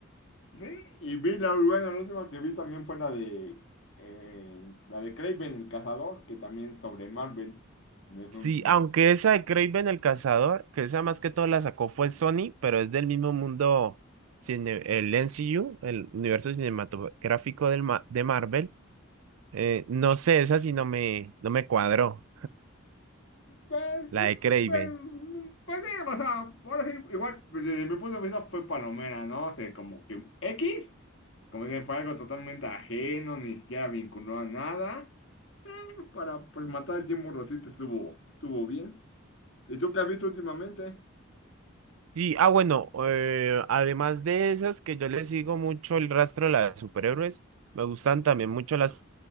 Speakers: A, on the left; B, on the right.
A: Sí, y vi la, bueno, la última que vi también fue la de, eh, la de Kraven el cazador, que también es sobre Marvel. Es
B: Sí,
A: un
B: aunque esa de Kraven el Cazador, que esa más que todo la sacó fue Sony, pero es del mismo mundo, cine- el MCU, el universo cinematográfico del ma- de Marvel. Eh, no sé, esa sí no me, no me cuadró,
A: Pues
B: la
A: sí,
B: de Kraven.
A: pues, mm, pues sí, o sea, ahora sí, igual, pues, desde mi punto de vista fue palomera, ¿no? O sea, como que X, como que fue algo totalmente ajeno, ni siquiera vinculó a nada. Eh, para, pues, matar el tiempo un ratito estuvo, estuvo bien. ¿Y tú qué has visto últimamente?
B: Y, ah, bueno, eh, además de esas que yo les sigo mucho el rastro de las superhéroes, me gustan también mucho las